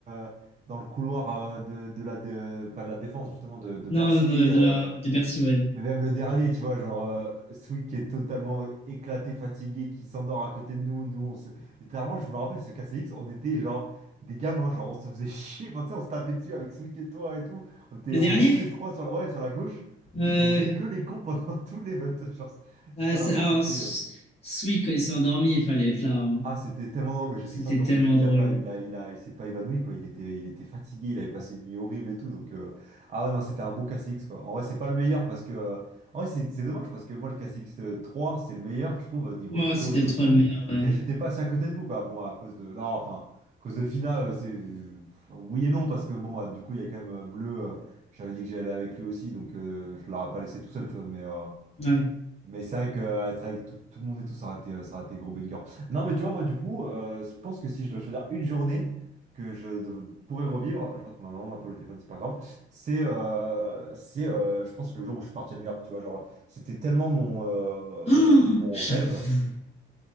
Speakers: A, on the right; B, on the left.
A: euh, dans le couloir euh, de, de la de- pas de la défense justement de, de Bercy.
B: Non, non, de
A: euh,
B: la de Bercy, ouais.
A: mais même le dernier, tu vois, genre euh, Sweet qui est totalement éclaté, fatigué, qui s'endort à côté de nous. Nous, on se... littéralement, je me rappelle ce casser X, on était genre des gamins, genre on se faisait <laughs> chier. Enfin, tu sais, on se tapait dessus avec Sweet et toi et tout. On était,
B: Le
A: on
B: dernier?
A: était tous les trois sur la, ouais, sur la gauche
B: Euh,
A: et on faisait que les cons pendant <laughs> tout l'event. Genre,
B: ah,
A: littéralement,
B: c'est- alors,
A: c'était.
B: s-
A: euh,
B: Sweet, quand il s'est endormi, il fallait être là. hein.
A: ah, c'était tellement drôle, mais je
B: C'était
A: sais pas comment
B: tellement
A: il, il
B: drôle.
A: a pas, il a, il a, il s'est pas évanoui, quoi. Il était, il était fatigué, il avait passé une nuit horrible et tout. Donc, euh, ah ouais, non, c'était un bon KCX, quoi. En vrai, c'est pas le meilleur parce que, euh, en vrai, c'est c'est dommage parce que moi, le KCX 3 c'est le meilleur, je trouve, niveau
B: Moi,
A: show,
B: c'était
A: niveau
B: le 3
A: tout.
B: le meilleur, ouais.
A: Mais j'étais pas assez à côté de vous, quoi. Bon, à cause de, non, enfin, à cause de Fina, euh, c'est, euh, oui et non, parce que bon, bah, du coup, il y a quand même euh, Bleu, euh, j'avais dit que j'allais avec lui aussi, donc euh, je l'aurais pas laissé tout seul, tu vois. Mais, euh,
B: Ouais.
A: mais c'est vrai qu'être avec tout, tout le monde et tout, ça aurait été, euh, ça aurait été gros banger. Non, mais tu vois, moi, du coup, euh, je pense que si je dois choisir une journée que je dev- pourrais revivre, je vois que ma maman m'appelle au téléphone, c'est pas grave, c'est, euh, c'est euh, je pense, le jour où je suis parti à New York, tu vois, genre, c'était tellement mon, euh,
B: Oh,
A: mon
B: j'avoue.
A: rêve